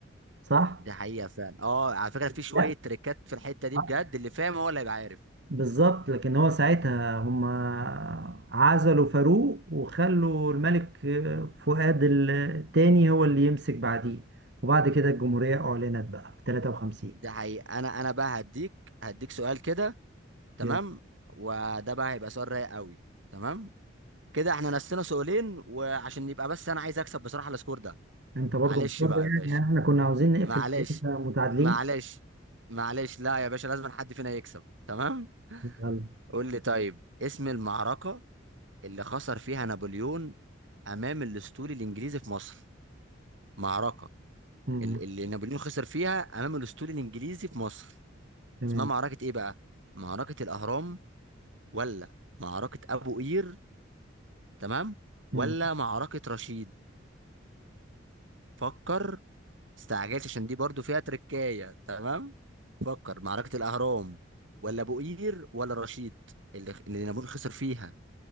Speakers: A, on the right; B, on the right.
A: صح؟
B: دي حقيقة فعلا اه على فكرة في شوية
A: لا
B: تريكات في الحتة دي
A: صح.
B: بجد اللي فاهم هو اللي هيبقى عارف
A: بالظبط لكن هو ساعتها هم عزلوا فاروق وخلوا الملك فؤاد الثاني هو اللي يمسك بعديه وبعد كده الجمهوريه اعلنت بقى في 53
B: ده حقيقة انا انا بقى هديك هديك سؤال كده تمام
A: يلا
B: وده بقى هيبقى سؤال رايق قوي تمام كده احنا نسينا سؤالين وعشان يبقى بس انا عايز اكسب بصراحة السكور ده
A: انت برضو
B: معلش
A: مضطر
B: بقى يا باشا
A: يعني احنا كنا عاوزين نقفل
B: معلش
A: إحنا متعادلين
B: معلش معلش لا يا باشا لازم حد فينا يكسب تمام
A: يلا
B: قول لي طيب اسم المعركة اللي خسر فيها نابليون امام الاسطول الانجليزي في مصر معركه
A: أمم،
B: ال- اللي نابليون خسر فيها امام الاسطول الانجليزي في مصر
A: تمام
B: اسمها معركه ايه بقى معركه الاهرام ولا معركه ابو قير تمام ولا
A: أمم.
B: معركه رشيد فكر استعجلت عشان دي برضو فيها تركايه تمام فكر معركه الاهرام ولا ابو قير ولا رشيد اللي اللي نابليون خسر فيها